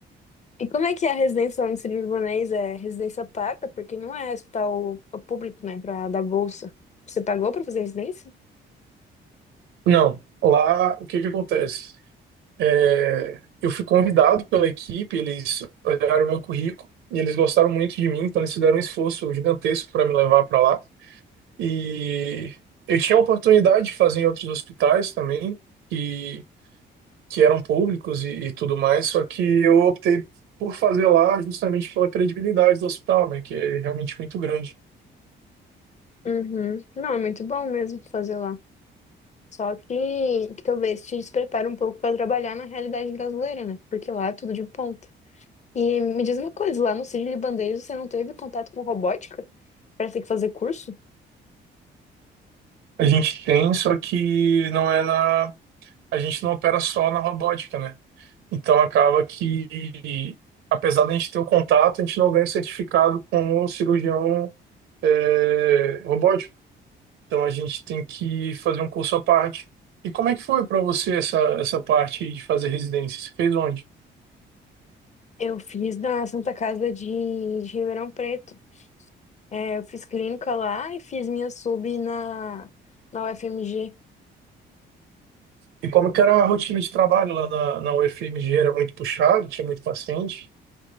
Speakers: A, on the left (about 35°); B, on the right (about 80°).
A: E como é que é a residência lá no Sírio Libanês? É residência paga? Porque não é hospital é público, né, Pra dar bolsa. Você pagou para fazer residência?
B: Não, lá o que que acontece? É, eu fui convidado pela equipe, eles olharam meu currículo e eles gostaram muito de mim, então eles fizeram um esforço gigantesco para me levar para lá. E eu tinha a oportunidade de fazer em outros hospitais também, e, que eram públicos e, e tudo mais, só que eu optei por fazer lá justamente pela credibilidade do hospital, né, que é realmente muito grande.
A: Uhum. Não, é muito bom mesmo fazer lá. Só que, que talvez te desprepare um pouco para trabalhar na realidade brasileira, né? Porque lá é tudo de ponta. E me diz uma coisa, lá no Sírio-Libanês você não teve contato com robótica para ter que fazer curso?
B: A gente tem, só que não é na, a gente não opera só na robótica, né? Então acaba que, apesar da gente ter o contato, a gente não ganha o certificado com o cirurgião é, robótico. Então a gente tem que fazer um curso à parte. E como é que foi para você essa, essa parte de fazer residência? Você fez onde?
A: Eu fiz na Santa Casa de, de Ribeirão Preto. É, eu fiz clínica lá e fiz minha sub na, na UFMG.
B: E como que era a rotina de trabalho lá na, na UFMG? Era muito puxado, tinha muito paciente?